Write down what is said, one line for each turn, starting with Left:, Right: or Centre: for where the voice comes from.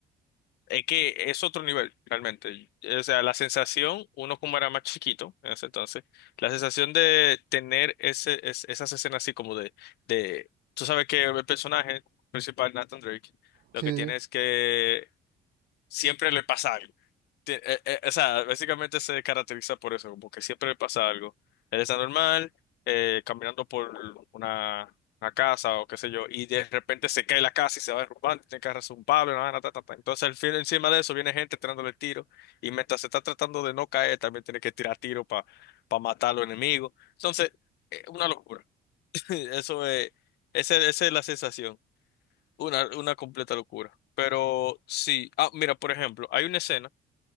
Left: Es que es otro nivel, realmente. O sea, la sensación, uno como era más chiquito en ese entonces, la sensación de tener ese, es- esas escenas así como de, de, tú sabes que el personaje principal, Nathan Drake, lo
Right: Sí,
Left: que
Right: sí,
Left: tiene
Right: sí. <laughs>
Left: es que siempre le pasa algo ti- eh, eh, o sea, básicamente se caracteriza por eso, como que siempre le pasa algo. Él está normal, eh, caminando por una, una casa o qué sé yo, y de repente se cae la casa y se va derrumbando, tiene que agarrarse un palo, una vaina, ta, ta, ta. Entonces, al fin, encima de eso, viene gente tirándole tiro, y mientras se está tratando de no caer, también tiene que tirar tiro para matar a los enemigos. Entonces, eh, una locura. <laughs> Eso es, esa esa es la sensación, una, una completa locura. Pero sí, ah, mira, por ejemplo, hay una escena